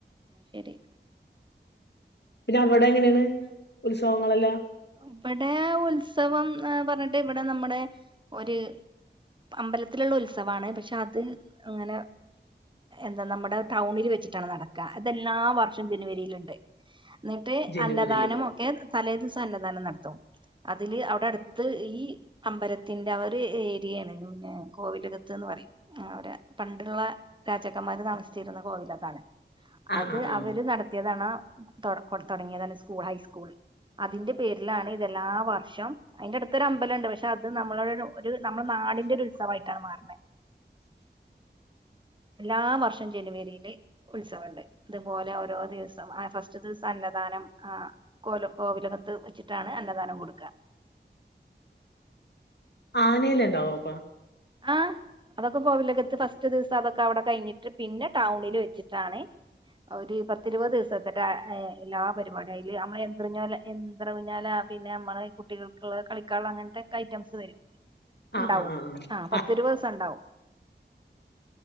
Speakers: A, on the right; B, on the left.
A: ശരി
B: പിന്നെ അവിടെ എങ്ങനെയാണ് ഉത്സവങ്ങളെല്ലാം
A: ഇവിടെ ഉത്സവം പറഞ്ഞിട്ട് ഇവിടെ നമ്മടെ ഒരു അമ്പലത്തിലുള്ള ഉത്സവാ ണ് പക്ഷെ അത് അങ്ങനെ എന്താ നമ്മുടെ ടൌണിൽ വച്ചിട്ടാണ് നട ഇതെല്ലാ വർഷം ജനുവരിൽണ്ട് എന്നിട്ട്
B: ജനുവരിയില്
A: അന്നദാനം ഒക്കെ തലേ ദി വസന്നധാനം നടത്തും അതില് അവിടെ അടുത്ത് ഈ അമ്പലത്തിന്റെ ആ ഒരു ഏരിയാണ് പിന്നെ കോവിലകത്ത്ന്ന് പറയും ആവര് പണ്ടുള്ള രാജാക്കന്മാര് താമസിച്ചിരുന്ന കോവിലക്കാണ്
B: ആ
A: അത്
B: ആ ആ
A: അവര് നടത്തിയതാണ് തുടങ്ങിയതാണ് സ്കൂൾ ഹൈസ്കൂൾ അതിന്റെ പേരിലാണ് ഇതെല്ലാ വർഷം അതിന്റെ അടുത്തൊരു അമ്പലണ്ട് പക്ഷെ അത് നമ്മളെ ഒരു നമ്മുടെ നാടിൻന്റെ ഒരു ഉത്സവമായിട്ടാണ് മാറനേ എല്ലാ വർഷം ജനുവരില് ഉത്സവുണ്ട് അതുപോലെ ഓരോ ദിവസം ആ ഫസ്റ്റ് ദിവസം അന്നദാനം ആഹ് കോല കോവിലകത്ത് വെച്ചിട്ടാണ് അന്നദാനം കൊടുക്കുക
B: ആനൽ ഉണ്ടാവോ അപ്പ
A: ആഹ് അതൊക്കെ കോവിലകത്ത് ഫസ്റ്റ് ഒറ്റ ദിവസം അതൊക്കെ അവിടെ കഴിഞ്ഞിട്ട് പിന്നെ ടൗണില് വെച്ചിട്ടാണ് ഒരു പത്തിരുപത് ദിവസത്തെ് എല്ലാ പരിപാടിയ അതില് നമ്മള് എന്ത്റിഞ്ഞല്ല യാന്ത്ര ഊഞ്ഞാല പിന്നെ നമ്മള് കുട്ടികൾക്കുള്ള കളിക്ക അങ്ങനത്തെ ഐറ്റംസ് വരും
B: ആഹ്
A: ഉണ്ടാവും
B: ആഹ് ആ
A: ആ
B: ആ
A: പത്ത് ഇരുപത് ദിവസം ഉണ്ടാവും